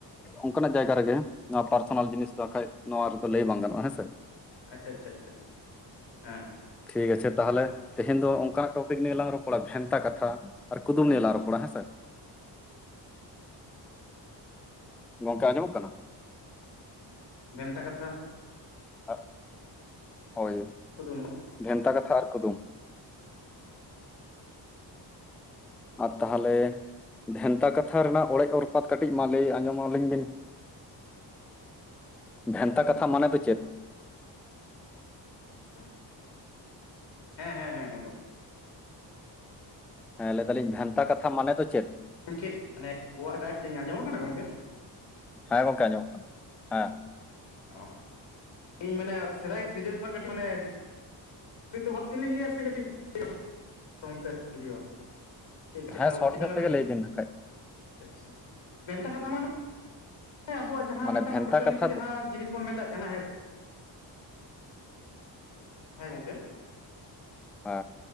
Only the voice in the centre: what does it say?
ᱚᱱᱠᱟᱱᱟᱜ ᱡᱟᱭᱜᱟ ᱨᱮᱜᱮ ᱱᱚᱣᱟ ᱯᱟᱨᱥᱚᱱᱟᱞ ᱡᱤᱱᱤᱥ ᱫᱚ ᱵᱟᱠᱷᱟᱡ ᱱᱚᱣᱟ ᱨᱮᱫᱚ ᱞᱟᱹᱭ ᱵᱟᱝ ᱜᱟᱱᱚᱜᱼᱟ ᱦᱮᱸᱥᱮ
ᱴᱷᱤᱠ ᱟᱪᱷᱮ ᱛᱟᱦᱞᱮ
ᱛᱮᱦᱮᱧ ᱫᱚ ᱚᱱᱠᱟᱱᱟᱜ ᱴᱳᱯᱤᱠ ᱱᱤᱭᱮ ᱞᱟᱝ ᱨᱚᱯᱟ ᱵᱷᱮᱱᱛᱟ ᱠᱟᱛᱷᱟ ᱟᱨ ᱠᱩᱫᱩᱢ ᱱᱤᱭᱮ ᱞᱟᱝ ᱨᱚᱯᱚᱲᱟ ᱦᱮᱸᱥᱮ ᱜᱚᱝᱠᱮ ᱟᱸᱡᱚᱢᱚᱜ ᱠᱟᱱᱟ?
ᱟᱦ ᱦᱳᱭ
ᱵᱷᱮᱱᱛᱟ ᱠᱟᱛᱷᱟ ᱟᱨ ᱠᱩᱫᱩᱢ ᱟᱨ ᱛᱟᱦᱚᱞᱮ ᱵᱷᱮᱱᱛᱟ ᱠᱟᱛᱷᱟ ᱨᱮᱱᱟᱜ ᱚᱲᱮᱡ ᱚᱨᱯᱟᱛ ᱠᱟᱹᱴᱤᱡ ᱢᱟ ᱞᱟᱹᱭ ᱟᱸᱡᱚᱢ ᱟᱹᱞᱤᱧ ᱵᱤᱱ
ᱵᱷᱮᱱᱛᱟ ᱠᱟᱛᱷᱟ ᱢᱟᱱᱮ ᱫᱚ ᱪᱮᱫ?
ᱦᱮᱸ ᱞᱟᱹᱭ ᱫᱟᱞᱤᱧ ᱵᱷᱮᱱᱛᱟ ᱠᱟᱛᱷᱟ ᱢᱟᱱᱮ ᱫᱚ ᱪᱮᱫ?
ᱦᱮᱸ ᱜᱚᱝᱠᱮ ᱟᱸᱡᱚᱢᱚᱜ ᱠᱟᱱᱟ ᱦᱮᱸ
ᱦᱮᱸ ᱥᱚᱴ
ᱧᱚᱜ
ᱛᱮᱜᱮ ᱞᱟᱹᱭ ᱵᱤᱱ ᱱᱟᱠᱷᱟᱡ
ᱢᱟᱱᱮ
ᱵᱷᱮᱱᱛᱟ
ᱠᱟᱛᱷᱟ
ᱫᱚ
ᱦᱮ